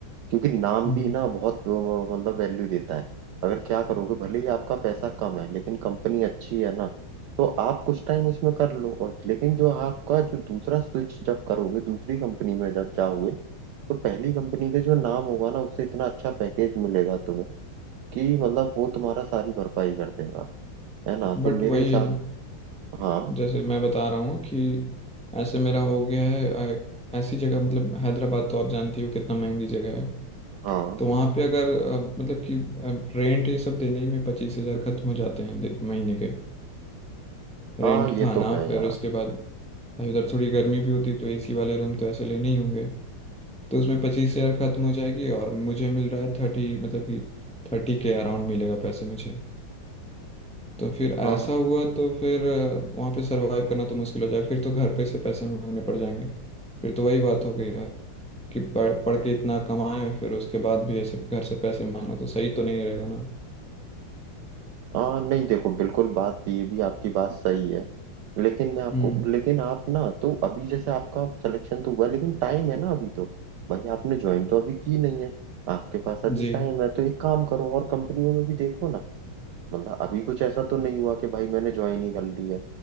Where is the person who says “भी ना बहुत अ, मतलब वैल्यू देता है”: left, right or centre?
Right